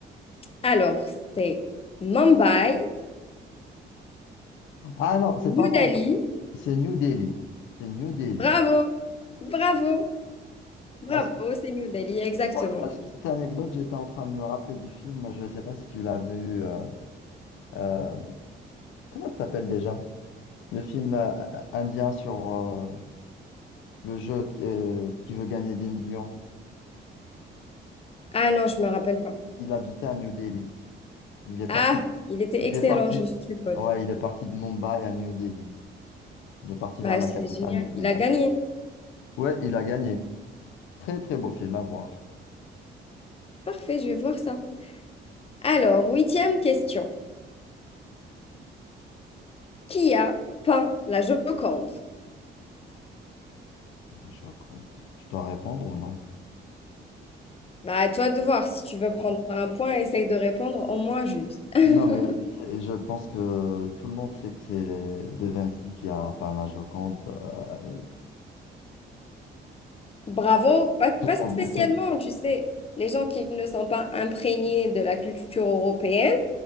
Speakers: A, on the left; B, on the left.
A: Alors, c'est Mumbai,
B: Ah non, c'est
A: New
B: pas
A: Delhi.
B: C'est New Delhi. C'est New Delhi.
A: Bravo, bravo. Bravo,
B: Parce que,
A: c'est New Delhi, exactement.
B: pour la la petite anecdote, j'étais en train de me rappeler du film, je ne sais pas si tu l'as vu, euh, euh, comment ça s'appelle déjà? Le film euh, euh, indien sur euh, le jeu qui, euh, qui veut gagner des millions.
A: Ah non, je me rappelle pas.
B: Il habitait à New Delhi. Il est parti,
A: Ah, il était
B: il
A: excellent,
B: est parti,
A: je le suppose.
B: ouais, il est parti de Mumbai à New Delhi. Il est parti
A: Bah,
B: vers la
A: c'est
B: capitale
A: génial.
B: New Delhi.
A: Il a gagné.
B: Ouais, il a gagné. Très, très beau film à voir.
A: Parfait, je vais voir ça. Alors, huitième question. Qui a peint la Joconde?
B: Je raconte. Je dois répondre ou non?
A: Bah, à toi de voir. Si tu veux prendre un point, essaye de répondre au moins juste.
B: Non,
A: <laughs>
B: mais c'est- je pense que tout le monde sait que c'est les- De Vinci qui a peint la Joconde. euh,
A: Bravo, pas, pas
B: tout le monde
A: spécialement,
B: le sait.
A: tu sais. Les gens qui ne sont pas imprégnés de la culture européenne